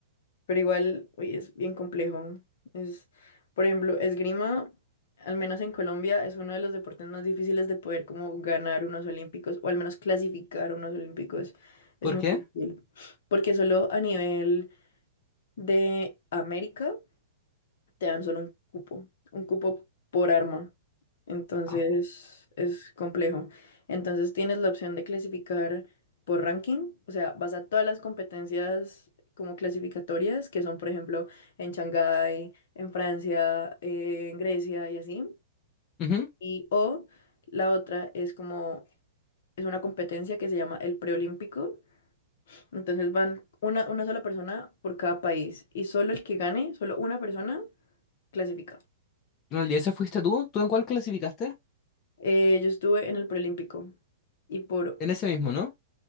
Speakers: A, on the left; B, on the left.
A: pero igual, uy, es bien complejo. Es, por ejemplo, esgrima, al menos en Colombia, es uno de los deportes más difíciles de poder como ganar unos olímpicos o al menos clasificar unos olímpicos. Es
B: ¿Por
A: muy
B: qué?
A: difícil, porque solo a nivel de América. te dan solo un cupo, un cupo por arma. Entonces
B: Oh.
A: es complejo. Entonces tienes la opción de clasificar por ranking, o sea, vas a todas las competencias como clasificatorias, que son, por ejemplo, en Shanghái, en Francia, eh, en Grecia y así.
B: Ujú.
A: Y o la otra es como, es una competencia que se llama el preolímpico. Entonces van una, una sola persona por cada país y solo el que gane, solo una persona clasifica.
B: No, ¿Y eso fuiste tú? ¿Tú en cuál clasificaste?
A: Eh, yo estuve en el preolímpico y por,
B: En ese mismo, ¿no?